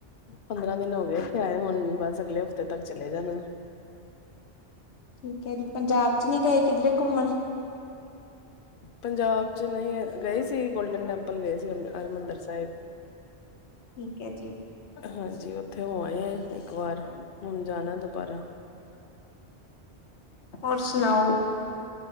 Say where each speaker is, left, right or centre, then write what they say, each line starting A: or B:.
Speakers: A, on the left; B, on the left.
A: ਪੰਦਰਾਂ ਦਿਨ ਹੋ ਗਏ ਤੇੇ ਆਏ ਹੁਣ ਬਸ ਅਗਲੇ ਹਫ਼ਤੇ ਤੱਕ ਚਲੇ ਜਾਣਾ
B: <unintelligible> ਪੰਜਾਬ ਚ ਨੀ ਗਏ ਕਿੱਧਰੇ ਘੁੰਮਣ
A: ਪੰਜਾਬ ਚ ਨਹੀਂ ਗਏ ਸੀ ਗੋਲਡਨ ਟੈਂਪਲ ਗਏ ਸੀ ਹਰਿਮੰਦਰ ਸਾਹਿਬ
B: ਠੀਕ ਹੈ ਜੀ
A: ਹਾਂਜੀ ਉੱਥੇ ਹੋ ਆਏ ਹੈ ਇੱਕ ਵਾਰ ਹੁਣ ਜਾਣਾ ਦੁਬਾਰਾ
B: ਹੋਰ ਸੁਣਾਓ